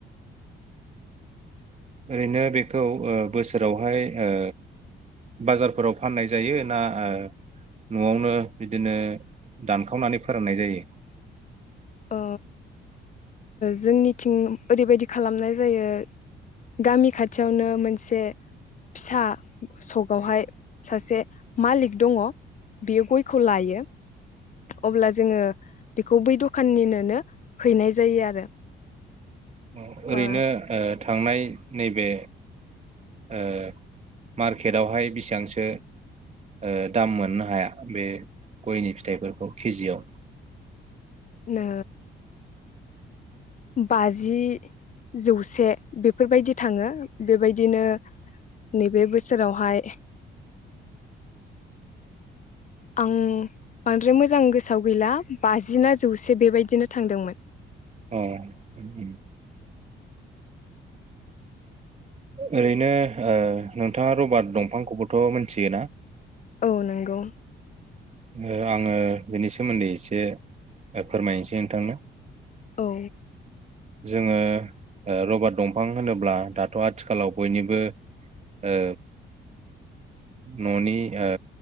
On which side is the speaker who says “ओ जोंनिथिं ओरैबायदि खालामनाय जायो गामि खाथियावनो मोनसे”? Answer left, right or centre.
Left